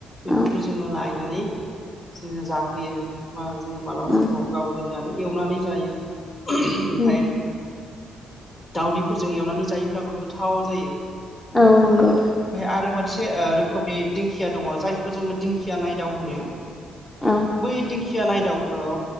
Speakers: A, on the left; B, on the left.
A: बेफोरखौ
B: औ
A: जोङो लायनानै जोङो जाफैयो बा जों मालाबा
B: औ
A: समाव गाव गोजानो एवनानै जायो ओमफ्राय
B: उम
A: दावउदैफोरजों एवनानै जायोब्लाबो गोथाव जायो
B: औ नंगौ
A: ओमफ्राय आरो मानसि रोखोमनि दिंखिया दङ जायखौ जोङो दिंखिया नायदाव होनो
B: औ
A: बै दिखि दिंखिया नायदावखौ